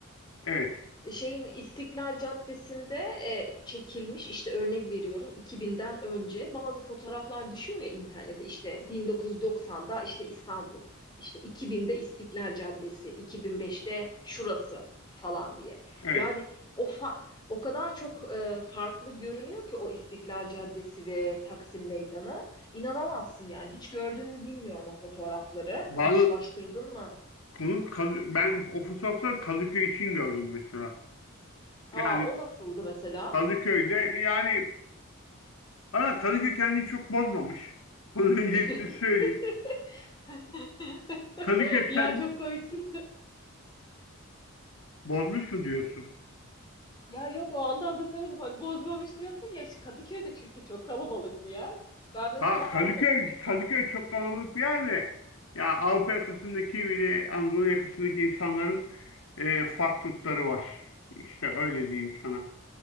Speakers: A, on the left; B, on the left.
A: evet
B: şeyin İstiklal Caddesi'nde e, çekilmiş işte örnek veriyorum 2000'den önce bazı fotoğraflar düşüyor ya internete işte 1990'da işte İstanbul işte 2000'de İstiklal Caddesi 2005'te şurası falan diye.
A: evet.
B: Yani o fa- o kadar çok e, farklı görünüyor ki o İstiklal Caddesi ve Taksim Meydanı. İnanamazsın yani. Hiç gördün mü bilmiyorum o fotoğrafları. Karşılaştırdın
A: Bal,
B: mı?
A: konu, Kadı- ben o fotoğrafları Kadıköy için gördüm mesela.
B: Aa
A: Yani
B: o nasıldı mesela?
A: Kadıköy'de yani Ama Kadıköy kendini çok bozmamış. Onu öncelikle
B: <laughs>
A: söyleyeyim. Kadıköy
B: <laughs> Ya
A: kendini
B: çok komiksin.
A: bozmuş mu diyorsun?
B: Ya yok o anlamda söyledim. Hani bozmamış diyorsun ya işte Kadıköy'de çünkü çok kalabalık bir yer. Ben mesela
A: Ha Kadıköy,
B: her Kadıköy'e
A: Kadıköy
B: gittim.
A: çok kalabalık bir yer de ya Avrupa yakasındaki bile Anadolu yakasındaki insanların e, farklılıkları var. İşte öyle diyeyim sana.